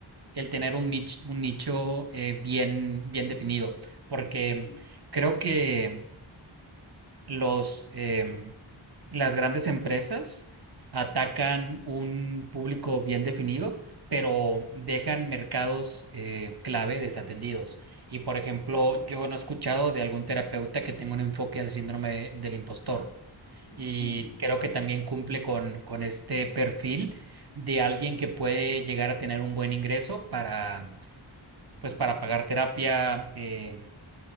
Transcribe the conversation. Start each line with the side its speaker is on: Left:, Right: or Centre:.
Right: el tener un nicho, un nicho eh, bien, bien definido, porque
Left: sí,
Right: creo que... los, em, las grandes empresas atacan un público bien definido, pero dejan mercados eh, clave desatendidos. Y por ejemplo,
Left: totalmente.
Right: yo no he escuchado de algún terapeuta que tenga un enfoque al síndrome del impostor. Y
Left: Sí,
Right: creo que también cumple con, con este perfil de alguien que puede llegar a tener un buen ingreso para, pues, para pagar terapia, em,